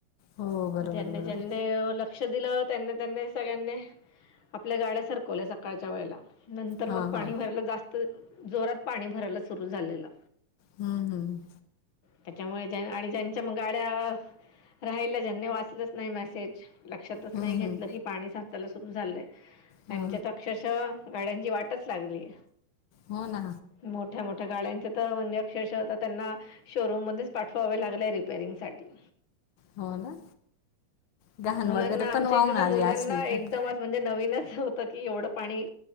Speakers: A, on the left (about 80°); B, on the left (about 50°).
A: हो बरोबर
B: म ज्यांनी
A: बरोबर
B: ज्यांनी लक्ष दिलं त्यांनी त्यांनी सगळ्यांनी आपल्या गाड्या सरकवल्या सकाळच्या वेळेला नंतर
A: हां
B: मग पाणी
A: हां
B: भरायल जास्त जोरात पाणी भरायला सुरू झालेलं.
A: हम्म हम्म
B: त्याच्यामुळे ज्या आणि ज्यांच्या म गाड्या राहिलं ज्यांनी वाचलंच नाही मेसेज लक्षातच
A: हम्म
B: नाही घेतलं
A: हम्म
B: की पाणी साचायला सुरू झालंय. त्यांच्या
A: हा
B: त अक्षरशः गाड्यांची वाटच लागली.
A: हो ना
B: मग मोठ्या गाड्याच्या हो म्हणजे अक्षरश आता त्यांना शोरूम मध्येच पाठवावे लागले रिपेरिंग साठी
A: हो ना घाण
B: मुलांना
A: वगैरे
B: आमच्या
A: पण वाहून
B: इथं तर
A: आली
B: मुलांना
A: असेल
B: एकदमच
A: खूप
B: म्हणजे नवीनच होतं की एवढं पाणी